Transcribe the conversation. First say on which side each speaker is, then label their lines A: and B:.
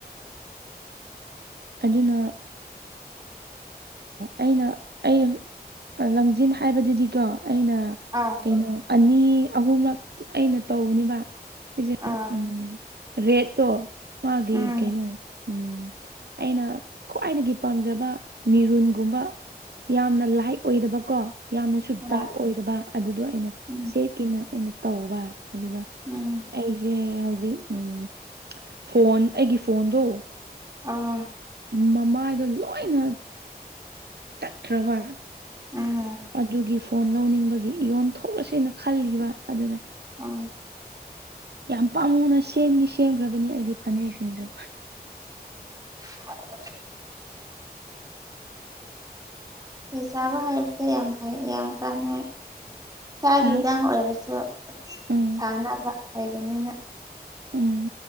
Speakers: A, on the right; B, on the right.
A: ꯑꯗꯨꯅ ꯑꯩꯅ ꯑꯩ ꯂꯪꯖꯟ ꯍꯥꯏꯕꯗꯨꯗꯤꯀꯣ ꯑꯩꯅ
B: ꯑꯥ
A: ꯀꯩꯅꯣ ꯑꯅꯤ ꯑꯍꯨꯝꯂꯛꯇꯤ ꯑꯩꯅ ꯇꯧꯕꯅꯦꯕ ꯁꯤꯁꯦ
B: ꯑꯥ
A: ꯎꯝ ꯔꯦꯠꯇꯣ ꯃꯥꯒꯤ
B: ꯎꯝ
A: ꯀꯩꯅꯣ ꯎꯝ ꯑꯩꯅ ꯈ꯭ꯋꯥꯏꯗꯒꯤ ꯄꯥꯝꯖꯕ ꯃꯤꯔꯨꯟꯒꯨꯝꯕ ꯌꯥꯝꯅ ꯂꯥꯏꯗ ꯑꯣꯏꯗꯕꯀꯣ ꯌꯥꯝꯅꯁꯨ
B: ꯍꯣꯏ
A: ꯗꯥꯛꯛ ꯑꯣꯏꯗꯕ ꯑꯗꯨꯗꯣ ꯑꯩꯅ
B: ꯎꯝ
A: ꯁꯦꯠꯀꯤꯦꯅ ꯑꯩꯅ ꯇꯧꯕ ꯑꯗꯨꯗ
B: ꯎꯝ
A: ꯑꯩꯁꯦ ꯍꯧꯖꯤꯛ ꯎ ꯐꯣꯟ ꯑꯩꯒꯤ ꯐꯣꯟꯗꯣ
B: ꯑꯝ
A: ꯃꯃꯥꯏꯗ ꯂꯣꯏꯅ ꯇꯠꯈ꯭ꯔꯕ
B: ꯎꯝ
A: ꯑꯗꯨꯒꯤ ꯐꯣꯟ ꯂꯧꯅꯤꯡꯕꯒꯤ ꯏꯣꯟ ꯊꯣꯛꯂꯁꯦꯅ ꯈꯜꯂꯤꯕ ꯑꯗꯨꯗ
B: ꯎꯝ
A: ꯌꯥꯝ ꯄꯥꯝꯅ ꯁꯦꯝꯅꯤ ꯁꯦꯝꯈ꯭ꯔꯕꯅꯤ ꯑꯩꯒꯤ ꯐꯅꯦꯛꯁꯤꯡꯁꯨ
B: <inaudible> ꯐꯤ ꯁꯥꯕ ꯍꯥꯏꯕꯁꯦ ꯌꯥꯝ ꯐꯩ ꯌꯥꯝ ꯀꯥꯟꯅꯩ ꯏꯁꯥꯒꯤꯗꯪ
A: ꯍꯥ
B: ꯑꯣꯏꯔꯁꯨ
A: ꯎꯝ
B: ꯁꯥꯅꯕ ꯍꯥꯏꯕꯅꯤꯅ
A: ꯎꯝ